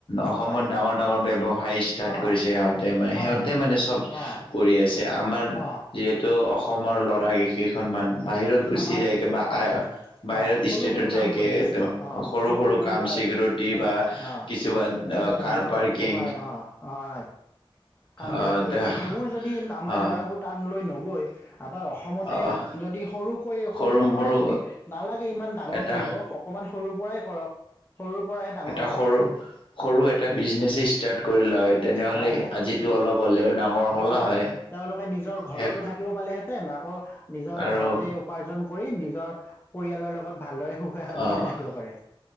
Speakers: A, on the left; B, on the left.
A: অসমত
B: হয়
A: ডাঙৰ ডাঙৰ ব্যৱসায় ষ্টাৰ্ট
B: অঁ
A: কৰিছে, সিহতে মানে
B: হয়
A: সিহঁতে
B: হয়
A: মানে চব
B: অঁ
A: কৰি আছে। যে আমাৰ
B: অঁ
A: যিহেতু অসম। অসমৰ ল'ৰা কেই কেইখনমান বাহিৰত গুচি
B: আমাৰ
A: যাইকে বা
B: অঁ
A: বাহিৰত
B: অ সৰু
A: ষ্টেটত
B: সৰু
A: যাইকে
B: কাম কৰি আছে
A: তেওঁ অ সৰু
B: চিকিউৰিটি
A: সৰু কাম
B: গাৰ্ড
A: চিকিউৰিটি বা
B: অ
A: কিছুমান
B: এনেকুৱা ধৰণৰ
A: কাৰ পাৰ্কিং।
B: ক'বাৰ অ হয় কাম
A: আহ
B: বিলাক কৰিছে সেইবোৰ যদি আমাৰ
A: আহ
B: ল'ৰাবোৰ তাত লৈ নগৈ। আমাৰ অসমতে
A: আহ
B: যদি সৰুকৈ
A: সৰু
B: সৰুৰ পৰাই
A: মৰু
B: যদি নালাগে ইমান ডাঙৰ
A: এটা
B: কৰিব অকণমান সৰুৰ পৰাই। কৰক সৰুৰ পৰাহে ডাঙৰ
A: এটা
B: হয়
A: সৰু সৰু এটা
B: উম
A: বিজনেচ ষ্টাৰ্ট। কৰি ল হয় তেনেহ'লে
B: হয় হয়
A: আজিতো অলপ হ'লেও ডাঙৰ হ'লা
B: অ
A: হয়
B: তেওঁলোকে নিজৰ ঘৰতো
A: শেষ
B: থাকিব পালেহেঁতেন আকৌ নিজৰ
A: আৰু
B: ঘৰতে উপাৰ্জন কৰি নিজৰ পৰিয়ালৰ লগত ভালদৰে সুখে শান্তিৰে
A: আহ
B: থাকিব পাৰে।